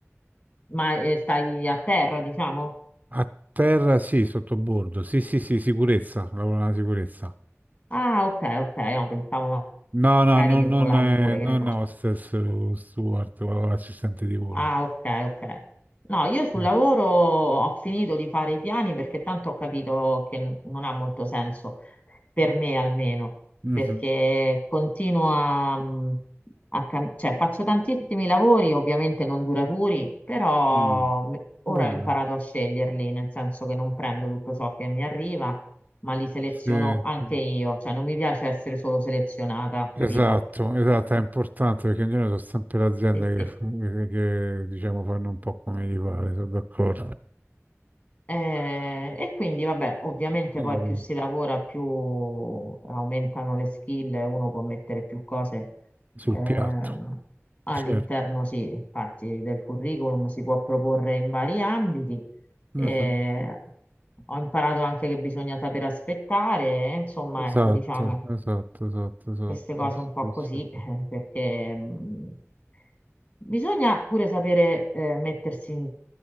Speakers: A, on the left; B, on the right.
A: ma eh, stai a terra, diciamo?
B: A terra sì, sottobordo. Sì, sì, sì, sicurezza, lavoro nella sicurezza.
A: Ah, ok, ok, no, pensavo ma-
B: No, no,
A: magari
B: non,
A: che volavi
B: non, eh,
A: pure, che ne
B: non
A: so.
B: hostess o steward o assistente di volo.
A: Ah, ok, ok. No, io sul
B: Sì.
A: lavoro ho finito di fare i piani perché tanto ho capito che n- non ha molto senso, per me almeno,
B: Mhm.
A: perché continuo a, mh, a cam- cioè faccio tantissimi lavori, ovviamente non duraturi, però
B: Mm.
A: m- ora
B: Vabbè.
A: ho imparato a sceglierli, nel senso che non prendo tutto ciò che mi arriva, ma li seleziono
B: Sì,
A: anche
B: sì.
A: io, cioè non mi piace essere solo selezionata, capito?
B: Esatto, esatto, è importante perché in genere sono sempre le aziende
A: Sì, sì.
B: che, che, diciamo fanno un po' come gli pare, sono d'accordo.
A: Eh, e quindi, vabbè, ovviamente
B: Mm.
A: poi più si lavora, più aumentano le skill, e uno può mettere più cose
B: Sul
A: ehm,
B: piatto,
A: all'interno,
B: certo.
A: sì, infatti, del curriculum, si può proporre in vari ambiti.
B: Mhm.
A: Eh, ho imparato anche che bisogna saper aspettare, eh, insomma,
B: Esatto,
A: ecco, diciamo
B: esatto, esatto, esatto.
A: queste cose
B: Sì,
A: un po' così,
B: sì,
A: <laughs> eh,
B: sì.
A: perché mh, Bisogna pure sapere eh, mettersi in